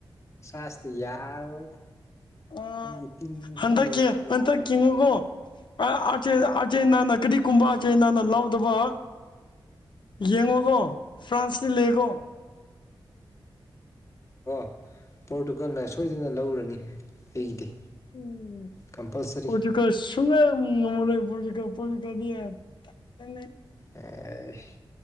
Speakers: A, on the left; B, on the left.
A: ꯁꯥꯁꯇꯤ ꯌꯥꯔꯔꯣꯏꯗ
B: ꯑꯑ
A: ꯅꯪꯒꯤ ꯇꯤꯝꯁꯤꯗꯤ
B: ꯍꯟꯗꯛꯀꯤ ꯍꯟꯇꯛꯀꯤꯅꯦꯀꯣ
A: ꯌꯥꯗꯕ ꯅꯩꯗꯦ
B: ꯑ ꯑꯆꯦ ꯑꯆꯦꯅꯥꯅ ꯀꯔꯤ ꯀꯨꯝꯕꯥ ꯆꯩꯅꯥꯅ ꯂꯥꯎꯗꯕ ꯌꯦꯡꯉꯣꯒꯣ ꯐ꯭ꯔꯥꯟꯁꯇꯤ ꯂꯦꯀꯣ
A: ꯑꯣ ꯄꯣꯔꯇꯨꯒꯜꯅ ꯁꯣꯏꯗꯅ ꯂꯧꯔꯅꯤ ꯑꯩꯒꯤꯗꯤ
B: ꯎꯝ
A: ꯀꯝꯄꯜꯁꯔꯤ
B: ꯄꯣꯔꯇꯨꯒꯜ ꯁꯨꯡꯉꯝ ꯉꯝꯃꯔꯣꯏ ꯄꯣꯔꯇꯨ ꯒ ꯄꯣꯔꯇꯨꯒꯜꯗꯤ ꯇꯅꯦ
A: ꯑꯩꯁ